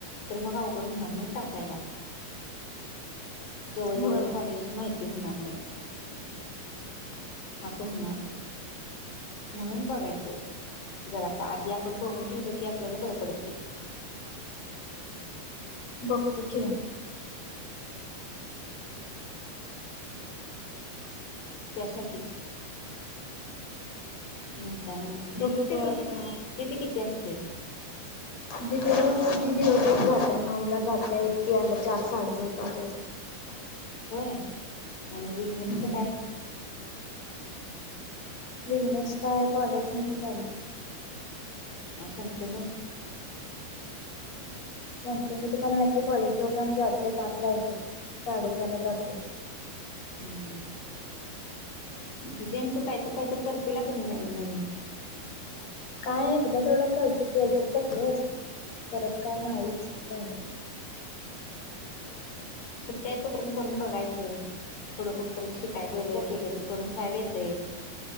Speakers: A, on the left; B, on the left.
A: तर मग अवघड होणार नाही टाकायला. जवळ जवळची
B: होय
A: कॉलेजेस माहिती होणार नाहीत. असं होणार, म्हणून बघायचं. जर अस आधी आपण बघून ठेवलं की आपल्याला बर पडतय.
B: बघतो की.
A: त्यासाठीच. हम्. आनं दिदीचं
B: बघतो
A: पेपर
B: आता
A: कि किती किती असतोय.
B: दिदिचं पेपर ति दिवसभर जात्या नऊला जात्या एकटी यायला चार साडेचार पाच वाजत्यात. <inaudible>
A: होय आणि विघ्नेशच
B: हम्म
A: काय?
B: विघ्नेश काय कॉलेज हाय की चालू.
A: अ शंतनु.
B: शंतनुच पण हाय की कॉलेज त्यो पण जातोय पाचला येतोय. साडे सहाला जातोय.
A: हम्म. दिदी आणि तू काहीतर काहीतर करशीला कनी नवीन नवीन.
B: काय एकदा तेवढा कल केलतो <unintelligible> परत काय नाहीच झालं.
A: सुट्ट्या हाय तोपर्यंत करून बघायचं थोडं कुठं तर शिकाय
B: हो
A: गेलं
B: बघ
A: केलं तर करून खायला ये तयं.